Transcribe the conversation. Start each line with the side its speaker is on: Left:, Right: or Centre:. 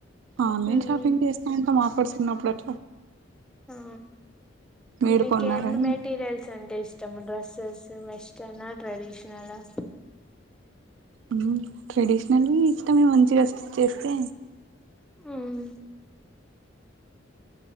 Right: ఆన్లైన్
Centre: ఉమ్
Right: షాపింగ్ చేస్తాంటం, ఆఫర్స్ ఉన్నప్పుడు అట్
Centre: ఆ
Right: మీరు
Centre: మీకేం
Right: కొన్నారా
Centre: మెటీీరియల్స్ అంటే ఇష్టం? డ్రెస్సెస్ వెస్టర్న్ ఆ? ట్రెడిషనల్ ఆ?
Right: ఉమ్ ట్రెడిషనల్వి ఇష్టమే, మంచి స్టిచ్ చేస్తే.
Centre: ఉమ్